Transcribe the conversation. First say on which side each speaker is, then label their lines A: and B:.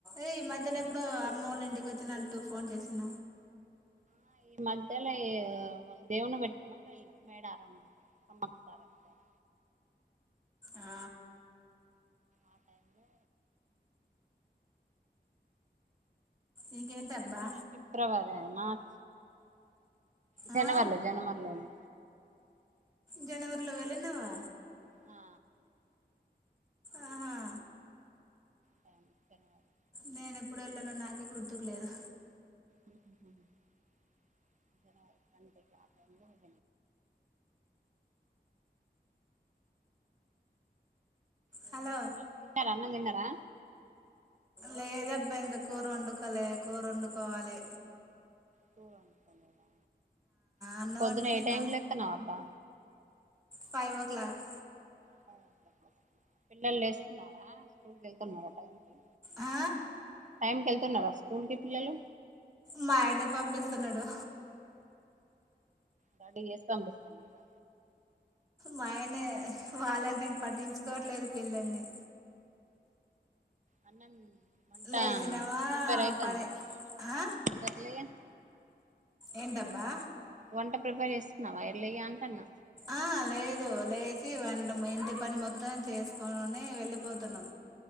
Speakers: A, on the right; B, on the right.
A: ఏయ్ ఈ మధ్యలో ఎప్పుడో అమ్మోళ్ళ ఇంటికి ఒచ్చినట్టూ ఫోన్ చేసిన
B: ఆ ఈ మధ్యల ఏ ఆ వాళ్ దేవున్ని పెట్టుకున్నప్పుడు ఎళ్ళిన మేడరం సమ్మక్క సారక్క జాతర
A: ఆ
B: ఆ టైమ్ లో
A: ఇంకేంటబ్బా
B: ఆ ఫిబ్రవరా మార్చ్ జనవర్లో
A: ఆ
B: జనవర్లో ఎళ్న
A: జనవరిలో వెళ్ళినవా
B: ఆ
A: ఆహా
B: టైం <inaudible>
A: నేను ఎప్పుడు వెళ్ళానో నాకే గుర్తుకులేదు
B: ఉహుహుహు జనవరి అంటే ఇగ ఆ టైం లో <inaudible> <inaudible>
A: హలో
B: మరి అన్నం దిన్నరా
A: లేదబ్బా ఇంక కూర ఒండుకోలే కూర ఒండుకోవాలి
B: కూర ఒండుకోలేదా సరే
A: అన్నం
B: పొద్దున్న
A: వండేసిన
B: ఏ టైం కి లేత్తన్నవ్ అబ్బా
A: ఫైవ్ ఓ క్లాక్
B: ఫైవ్ ఓ క్లాకా పిల్లలు లేస్తున్నారా స్కూల్ కి వెళ్తున్నారా టైం కి
A: ఆ
B: టైంకి ఎళ్తున్నారా స్కూల్ కి పిల్లలు
A: మా ఆయనే పంపిస్తున్నాడు
B: రడి చేసి పంపిస్తున్నాడా
A: మాయనే వాళ్ళకి నేను పట్టించుకోవట్లేదు పిల్లల్ని
B: అన్నం మంటా
A: లేచినావా
B: ప్రిపేర్ అయితంద
A: పని
B: మరి మార్నింగ్ పూట
A: ఆ
B: అంత ఎర్లీగ
A: ఏంటబ్బా
B: వంట ప్రిపేర్ చేస్తున్నావా ఎర్లీగా అంటన్నా
A: ఆ లేదు తు లేచి వంటం ఇంటి పని మొత్తం చేసుకొని వెళ్ళిపోతున్నం